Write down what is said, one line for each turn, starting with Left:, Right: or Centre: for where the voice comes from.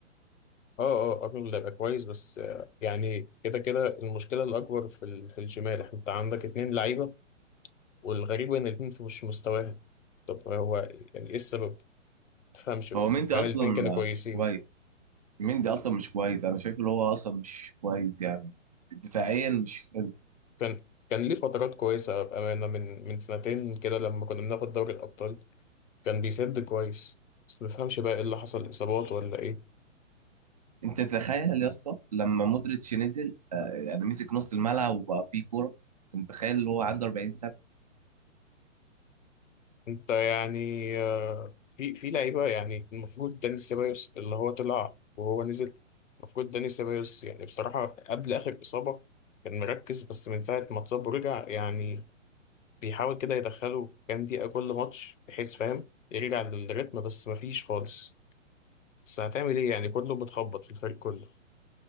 Left: اه اه ارنولد هيبقى كويس بس آه، يعني كده كده المشكله الاكبر في ال... في الشمال احنا انت عندك اتنين لعيبه والغريب ان الاتنين في مش مستواهم طب هو يعني ايه السبب؟ ما تفهمش بقى
Right: هو مندي
Left: مع
Right: اصلا
Left: ان الاتنين كانوا كويسين
Right: آه، مش كويس مندي اصلا مش كويس انا شايف اللي هو اصلا مش كويس يعني دفاعيا مش حلو
Left: كان كان ليه فترات كويسة بأمانة من من سنتين كده لما كنا بناخد دوري الأبطال كان بيسد كويس بس مفهمش بقى ايه اللي حصل اصابات ولا ايه
Right: انت تخيل يا اسطى لما مودريتش نزل آه، يعني مسك نص الملعب وبقى فيه كورة انت متخيل اللي هو عنده 40
Left: انت يعني آه، في في لعيبه يعني المفروض داني سيبايوس اللي هو طلع وهو نزل المفروض داني سيبايوس يعني بصراحه قبل اخر اصابه كان مركز بس من ساعه ما اتصاب ورجع يعني بيحاول كده يدخله كام دقيقه كل ماتش بحيث فاهم يرجع للريتم بس مفيش خالص بس هتعمل ايه يعني كله بتخبط في الفريق كله